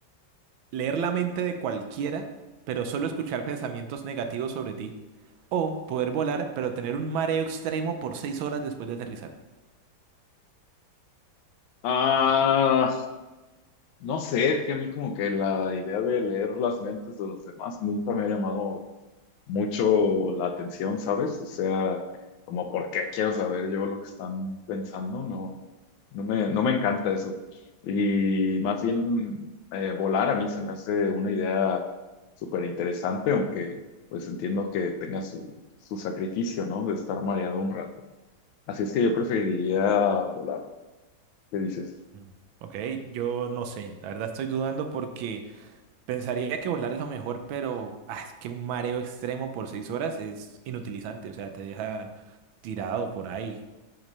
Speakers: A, on the right; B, on the left.
A: leer la mente de cualquiera, pero solo escuchar pensamientos negativos sobre ti, o poder volar, pero tener un mareo extremo por seis horas después de aterrizar.
B: Ah, no sé, que a mí como que la idea de leer las mentes de los demás nunca me ha llamado mucho la atención, ¿sabes? O sea, como por qué quiero saber yo lo que están pensando, no, no me, no me encanta eso. Y más bien eh, volar a mí se me hace una idea súper interesante, aunque pues entiendo que tenga su, su sacrificio, ¿no? De estar mareado un rato. Así es que yo preferiría volar. ¿Qué dices?
A: Mm. Ok, yo no sé, la verdad estoy dudando porque pensaría que volar es lo mejor, pero ah, es que un mareo extremo por seis horas es inutilizante, o sea, te deja tirado por ahí,